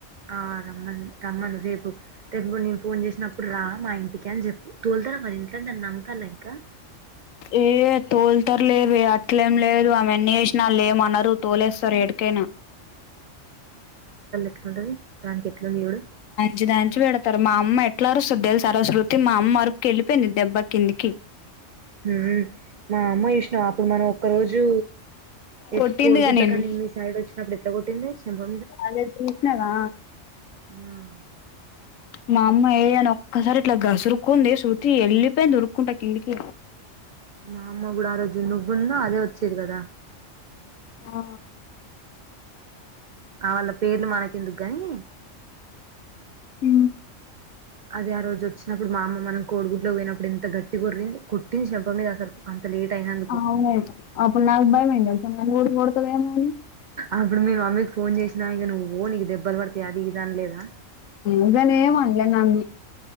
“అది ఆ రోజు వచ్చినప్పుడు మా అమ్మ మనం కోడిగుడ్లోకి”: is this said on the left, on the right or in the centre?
Right